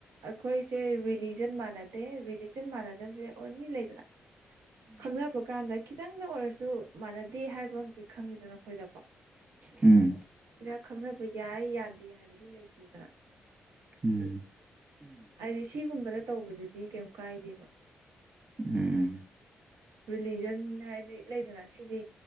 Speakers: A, on the right (about 80°); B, on the right (about 30°).
A: ꯑꯩꯈꯣꯏꯁꯦ ꯔꯤꯂꯤꯖꯟ ꯃꯥꯟꯅꯗꯦ ꯔꯤꯂꯤꯖꯟ ꯃꯥꯟꯅꯗꯕꯖꯦ ꯑꯣꯟꯅꯤ ꯂꯩꯗꯅ ꯈꯪꯅꯕ ꯀꯥꯟꯗ ꯈꯤꯇꯪꯗ ꯑꯣꯏꯔꯁꯨ ꯃꯥꯟꯅꯗꯦ ꯍꯥꯏꯕ ꯑꯝ ꯈꯪꯉꯤꯗꯅ ꯑꯩꯈꯣꯏꯗ
B: ꯎꯝ
A: ꯔ ꯈꯪꯅꯕ ꯌꯥꯏ ꯌꯥꯗꯦ ꯍꯥꯏꯕꯗꯤ ꯂꯩꯇꯦꯗꯅ
B: ꯎꯝ
A: ꯍꯥꯏꯗꯤ ꯁꯤꯒꯨꯝꯕꯗ ꯇꯧꯕꯗꯨꯗꯤ ꯀꯩ ꯀꯥꯏꯗꯦꯕ
B: ꯎꯝ
A: ꯔꯤꯂꯤꯖꯟ ꯍꯥꯏꯗꯤ ꯂꯩꯗꯅ ꯁꯤꯁꯦ